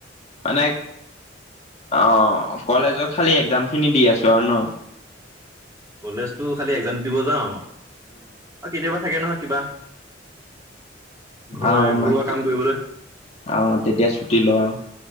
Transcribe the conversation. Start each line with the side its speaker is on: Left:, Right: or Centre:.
Left: মানে অ কলেজৰ খালি এক্জাম খিনি দি আছো আৰু ন
Right: কলেজতো খালি একজাম দিব যাওঁ কেতিয়াবা থাকে নহয় কিবা। ঘৰ
Left: আহ
Right: ঘৰুৱা
Left: মাতি
Right: কাম কৰিবলৈ
Left: আহ তেতিয়া ছুটি লোৱা আও।